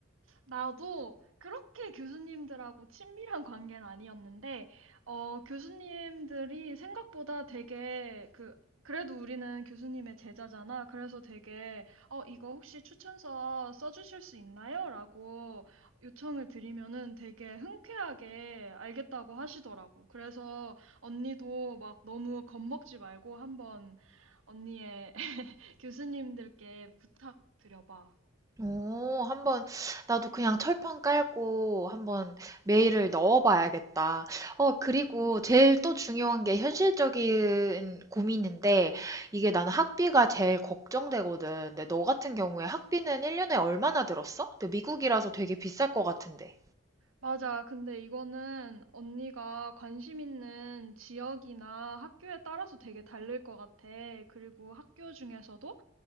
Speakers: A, on the right; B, on the right.
A: 나도 그렇게 교수님들하고 친밀한 관계는 아니었는데, 어, 교수님들이 생각보다 되게 그, 그래도 우리는 교수님의 제자잖아. 그래서 되게, 어, 이거 혹시 추천서 써주실 수 있나요? 라고 요청을 드리면은 되게 흔쾌하게 알겠다고 하시더라고. 그래서 언니도 막 너무 겁먹지 말고 한번 언니의 <laughs> 교수님들께 부탁드려봐.
B: 오, 한번 나도 그냥 철판 깔고 한번 메일을 넣어봐야겠다. 어, 그리고 제일 또 중요한 게 현실적인 고민인데 이게 나는 학비가 제일 걱정되거든. 근데 너 같은 경우에 학비는 1년에 얼마나 들었어? 근데 미국이라서 되게 비쌀 것 같은데.
A: 맞아. 근데 이거는 언니가 관심 있는 지역이나 학교에 따라서 되게 다를 것 같아. 그리고 학교 중에서도